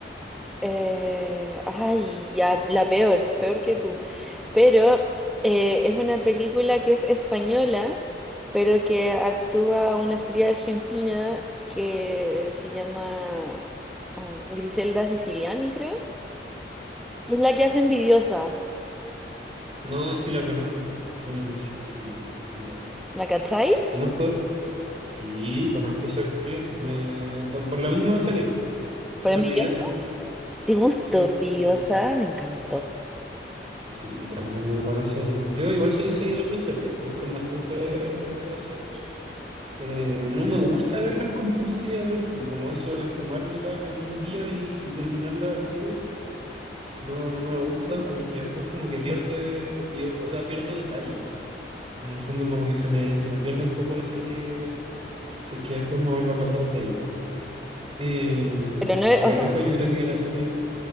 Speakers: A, in the centre; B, on the right (about 35°).
A: Eh, ay, ya, la peor, peor que tú. Pero eh, es una película que es española, pero que actúa una actriz argentina que se llama um, Griselda Siciliani, creo. Es la que hace Envidiosa,
B: No, sí la conozco. Sí, no, sí, sí, sí la
A: ¿la cachai?
B: conozco. Sí, conozco a esa actriz. Me- tam- Por la misma serie,
A: ¿Por
B: por
A: Envidiosa?
B: Envidiosa.
A: ¿Te gustó
B: Sí,
A: Envidiosa?
B: sí, sí. Sí,
A: Me encantó.
B: Sí, también muy buena serie. Yo igual soy seguidor de series, me gustan bastante las series. Eh, no me gusta verlas compulsivamente, como eso de fumármelas en un día y, y terminarlas al tiro, no, no me gusta tanto porque después como que pierde, pie- o sea, pierdo detalles. En el fondo como que se me, se me pierde un poco la serie, si es que después me vuelvo a acordar de ella. Eh,
A: Pero no,
B: pero
A: o sea,
B: lejos yo creo que la serie...